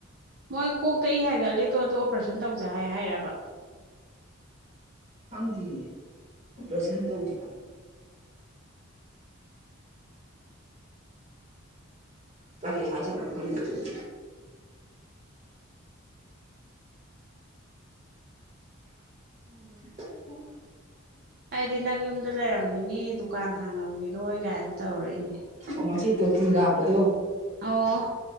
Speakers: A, on the right; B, on the right.
A: ꯃꯣꯏ ꯀꯣꯛꯇ ꯏ ꯍꯥꯏꯒꯠꯂꯤꯗꯣ ꯑꯗꯨ ꯑꯣꯄꯔꯦꯁꯟ ꯇꯧꯖ ꯍꯥꯏ ꯍꯥꯏꯔꯕ
B: ꯍꯪꯗꯤꯌꯦ ꯑꯣꯄꯔꯦꯁꯟ ꯇꯧꯁꯤ
A: <unintelligible>
B: ꯀꯔꯤ ꯍꯥꯏꯖꯠꯅꯣ ꯈꯪꯗꯦ ꯑꯗꯨꯗꯦ
A: <inaudible>
B: <inaudible>
A: ꯑꯩꯗꯤ ꯅꯪ ꯌꯨꯝꯗ ꯂꯩꯔꯝꯈꯤꯅꯤ ꯗꯨꯀꯥꯟ ꯍꯥꯡꯉꯝꯈꯤꯔꯣꯏ ꯀꯥꯏꯅ ꯇꯧꯔꯛꯏꯅꯦ
B: ꯑꯣ ꯉꯁꯤ ꯇꯣꯇꯤ ꯂꯥꯛꯄꯗꯣ
A: ꯑꯣ